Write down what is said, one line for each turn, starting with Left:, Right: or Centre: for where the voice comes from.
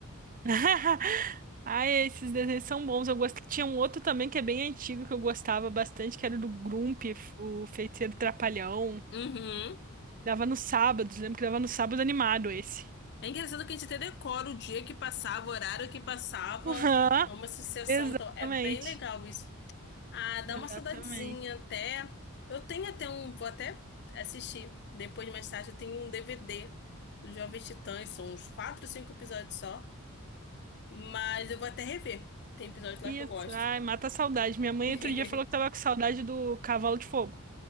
Right: <laughs> Ai, esses desenhos são bons. Eu gosto... Tinha um outro também que é bem antigo que eu gostava bastante, que era do Grump, o Feiticeiro Trapalhão.
Left: Uhum.
Right: Dava nos sábados, lembro que dava no sábado animado esse.
Left: É engraçado que a gente até decora o dia que passava, o horário que passava.
Right: Aham,
Left: É uma sucessão,
Right: <laughs> exatamente.
Left: então é bem legal isso. Ah, dá
Right: Exatamente.
Left: uma saudadezinha até. Eu tenho até um. Vou até assistir depois, mais tarde. Eu tenho um DVD do Jovem Titãs. São uns 4 ou 5 episódios só. Mas eu vou até rever. Tem episódios lá
Right: Isso,
Left: que eu gosto.
Right: ai, mata a saudade. Minha mãe
Left: <laughs>
Right: outro dia falou que tava com saudade do Cavalo de Fogo.